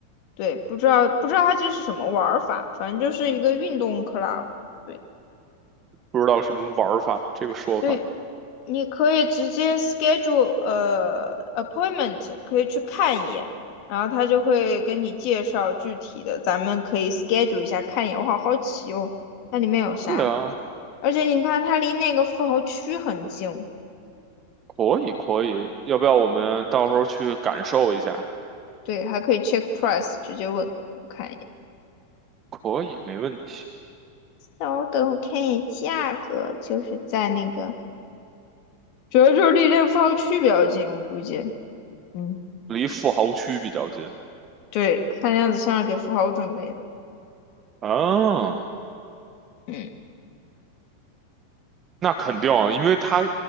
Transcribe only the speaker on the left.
对，不知道不知道它这是什么玩儿法，反正就是一个运动 club，对
对。你可以直接 schedule 呃 appointment，可以去看一眼，然后他就会跟你介绍具体的，咱们可以 schedule 一下看一眼。我好好奇哦，那里面有啥？
而且你看，它离那个富豪区很近，
对，还可以 check price，直接问，我看一眼。
稍等，我看一眼价格，就是在那个，主要就是离那个富豪区比较近，我估计，嗯，
对，看样子像是给富豪准备的。
嗯。